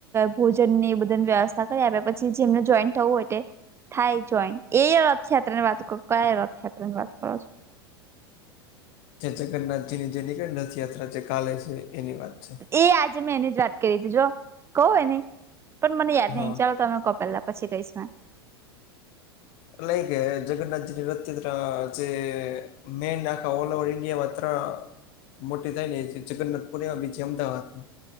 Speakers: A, on the right (about 20°); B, on the left (about 45°).
A: ભોજન ની બધાની વ્યવસ્થા કરી આપે પછી જેમને જોઈન થવું હોય એ થાય જોઈન એ રથયાત્રા ની વાત કરો ક્યાં રથયાત્રા ની વાત કરો છો
B: જે જગન્નાથજી ની જે નીકળે રથયાત્રા જે કાલે છે એની વાત છે
A: એ આજે મેં એની જ વાત કરી હતી જો કવ એની પણ મને યાદ નહીિચાલો
B: હા
A: તમે કો પેલા પછી કઈસ
B: એટ લ કે જગન્નાથજી ની રથયાત્રા જે મેન આ ઓલ ઓવર ઈન્ડિયા માત્ર મોટી થાય ને જગન્નાથપુર એમાં બી અમદાવાદ માં